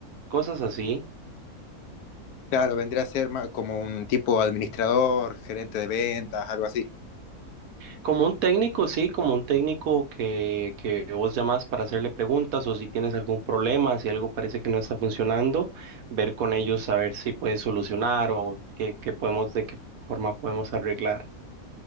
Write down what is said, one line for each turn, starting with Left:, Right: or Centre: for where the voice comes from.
Right: cosas así.
Left: Claro, vendría a ser ma- como un tipo administrador, gerente de ventas, algo así.
Right: Como un técnico, sí, como un técnico que, que vos llamás para hacerle preguntas o si tienes algún problema, si algo parece que no está funcionando, ver con ellos a ver si puedes solucionar o qué, qué podemos, de qué forma podemos arreglar.